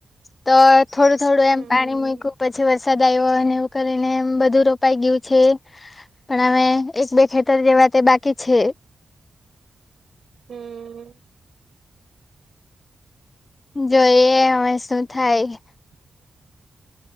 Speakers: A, on the left; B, on the right.
A: તો થોડું થોડું
B: હમ
A: એમ પાણી મૂક્યું પછી વરસાદ આવ્યો અને એવું કરીને બધું રોપાઈ ગયું છે. પણ હવે, એક બે ખેતર જેવા તે બાકી છે.
B: હમ્મ
A: જોઈએ હવે શું થાય
B: <inaudible>